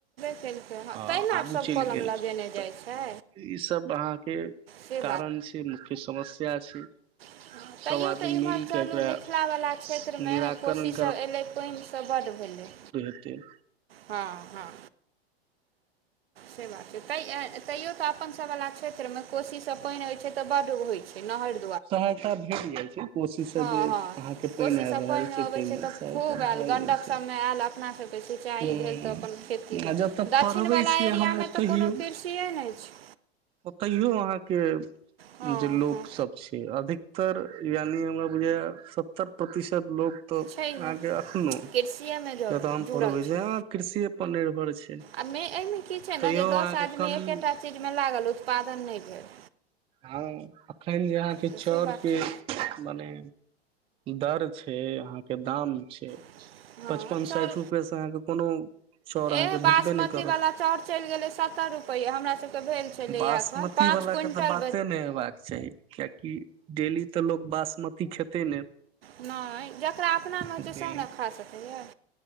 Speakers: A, on the right; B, on the right.
A: खेलै हँ,
B: आ
A: तहिना
B: आगू
A: सभ
B: चलि
A: कलम
B: गेल त
A: लेने जाइ छै।
B: ई सभ अहाँके
A: से
B: कारण छै, मुख्य समस्या छै।
A: <inaudible> तैँ
B: सब आदमी
A: तऽ एम्हर
B: मिल
A: चलू
B: के एकरा
A: मिथिलावला क्षेत्रमे
B: निराकरण
A: कोशीसभ एलै, पानिसँ बड्ड भेलै।
B: त
A: हँ हँ से बात छै, तैयो अपन सभवला क्षेत्रमे कोशीसँ पानि होइत छै तऽ बड्ड होइत छै नहर।
B: सहायता भेट जाइत छै। कोशीसँ
A: हँ
B: जे
A: हँ
B: अहाँके पानि
A: कोशीसँ
B: आबि रहल छै,
A: अबै
B: ताहिमेसँ
A: तऽ खूब
B: भऽ
A: आयल गण्डक
B: जाइ छै।
A: सभमे आयल अपना सभके सिंचाइ
B: हँ,
A: भेल तऽ अपन खेती भेल
B: आ जतऽ
A: दक्षिणवला
B: पढ़बै छियै
A: एरियामे
B: हम ओतहि।
A: तऽ कोनो कृषिए नहि छै
B: ओतऽयो अहाँके
A: हँ
B: जे लोकसभ।
A: हँ
B: से अधिकतर, यानि हमरा बुझाइमे सत्तर प्रतिशत लोक। तऽ
A: छैहे
B: अहाँके एखनहुँ
A: कृषिएमे जुड़ल
B: जतऽ हम
A: जुड़ल
B: पढ़बै
A: छै
B: जे हँ, कृषिएपर निर्भर छै।
A: आ एहिमे की छै ने
B: तैयो
A: जे दस
B: अहाँके
A: आदमी
B: कमी
A: एकेटा चीजमे लागल, उत्पादन नहि भेल।
B: हँ, एखन जे अहाँके
A: तऽ
B: चौरके।
A: से बात छै
B: मने दर छै, अहाँके दाम छै।
A: <inaudible> हँ,
B: पचपन
A: चाउर,
B: साठि रुपए से अहाँके कोनो चाउर अहाँके
A: ई बासमतीवला
B: भेटबे नहि करत
A: चाउर चलि गेलै सत्तर रुपैया। होय, हमरा सभके भेल छलै
B: बासमती
A: एखन पाँच
B: वाला
A: क्विंटल।
B: के तऽ बाते नहि हेबाक चाही, किएकि डेली तऽ लोक बासमती खैतै ने।
A: नहि, जकरा अपना मे होइ
B: डेली
A: छै, सएह ने खा सकैए।